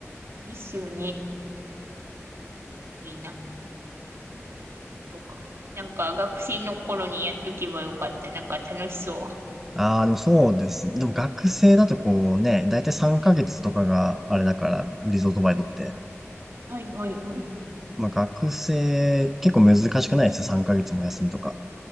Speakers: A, on the right; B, in the centre.
A: ですよね。すごいな。英語とか。なんか学生の頃にやっとけばよかった。なんか楽しそ
B: ああ、でもそうですね。でも学生だとこうね、だいたい3ヶ月とかがあれだから、
A: う。はい。
B: リゾートバイトって。
A: はい、はい、はい。
B: まあ学生、結構難しくないですよ、3ヶ月も休みとか。